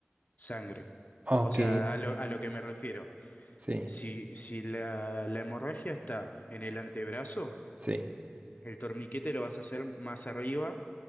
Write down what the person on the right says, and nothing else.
ok,
sí,
sí,